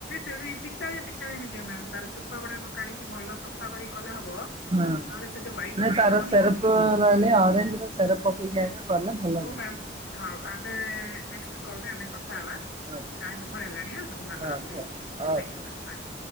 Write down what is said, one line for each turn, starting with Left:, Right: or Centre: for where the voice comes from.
Left: ସେ ପିତାଳିଆ, ପିତାଳିଆ, ହେଇଯିବ ମା, ତାର ଚୁପା ଗୁଡା କାଢିକି ଭଲ ସବ କା <unintelligible> କରି କଲେ ହବ ନହେଲେ
Right: ହଁ
Left: ସେଠି ହାଇଟ୍
Right: ନାଇଁ
Left: ଅଂଶ
Right: ତାର
Left: ହେଉନି
Right: ସେରପ
Left: କି?
Right: ରହିଲେ ଅରେଞ୍ଜ ର ସେରପ ପକେଇକି ଏକା କଲେ ଭଲ
Left: ହଉ
Right: ଲାଗେ
Left: ମାମ୍, ହଉ, ଆଗେ ନେଷ୍ଟ କଲ ରେ ଆମେ କଥାହେବା।
Right: ଆଚ୍ଛା
Left: ଟାଇମ ଓଭର ହେଲାଣି, ମୁଁ ମନେ
Right: ଆଚ୍ଛା
Left: ରଖିଲି।
Right: ଆଚ୍ଛା